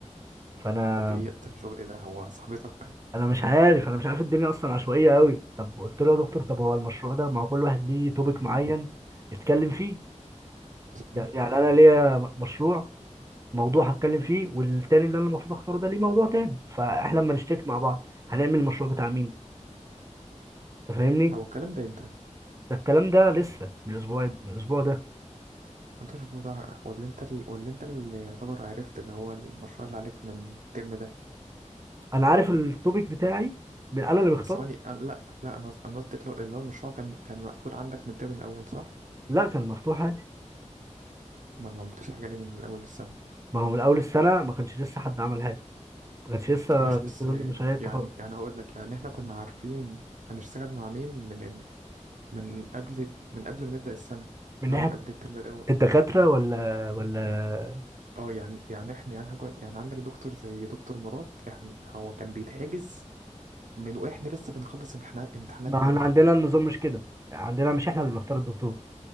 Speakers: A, on the right (about 25°); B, on the right (about 80°).
A: فانا
B: طب ايه يا اسطى الشغل ده هو صاحبتك
A: انا مش عارف انا مش عارف الدنيا اصلا عشوائيه قوي طب قلت له يا دكتور طب هو المشروع ده ما هو كل واحد ليه توبيك معين يتكلم فيه
B: صحيح
A: يعني انا ليا مشروع موضوع هتكلم فيه والتاني اللي انا المفروض اختاره ده ليه موضوع تاني فاحنا لما نشتكي مع بعض هنعمل المشروع بتاع مين انت فاهمني
B: هو الكلام ده امتى؟
A: ده الكلام ده لسه من الاسبوع من الاسبوع ده
B: انت شوف ده ولا انت ال... ولا انت اللي يعتبر عرفت اللي هو المشروع اللي عليك من الترم ده
A: انا عارف التوبيك بتاعي من انا اللي مختار
B: ثواني أنا... لا لا انا قصد- انا قصدي اللي هو اللي هو المشروع كان كان مقفول عندك من الترم الاول صح؟
A: لا كان مفتوح عادي
B: ما ما عملتوش حاجة ليه من اول السنة
A: ما هو من اول السنه ما كانش لسه حد عمل حاجه ما كانش لسه
B: ماشي
A: نزلوا
B: بس يعني
A: لنا مشاريع التخرج
B: يعني يعني هقول لك يعني احنا كنا عارفين هنشتغل مع مين من ال... من قبل من قبل ما نبدأ السنة
A: من
B: اللي
A: ناحيه
B: هو من قبل الترم الاول
A: الدكاتره ولا ولا
B: اه يعني يعني احنا يعني, إحنا كنا- يعني عندك دكتور زي دكتور مراد احنا هو كان بيتحجز من واحنا لسه بنخلص امتحانات امتحانات
A: ما احنا
B: تالتة
A: عندنا النظام مش كده عندنا مش احنا اللي بنختار الدكتور